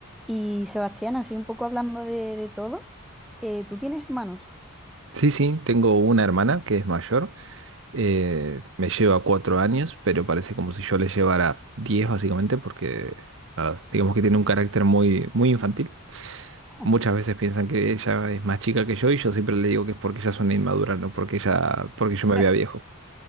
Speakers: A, in the centre; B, on the right.
A: Y Sebastián, así un poco hablando de, de todo, eh, ¿tú tienes hermanos?
B: Sí, sí, tengo una hermana que es mayor, eh, me lleva cuatro años, pero parece como si yo le llevara diez básicamente, porque nada, digamos que tiene un carácter muy, muy infantil.
A: Oh,
B: Muchas veces piensan que ella es más chica que yo y yo siempre le digo que es porque ella es una inmadura, no porque ella, porque yo
A: <laughs>
B: me
A: Está
B: vea viejo.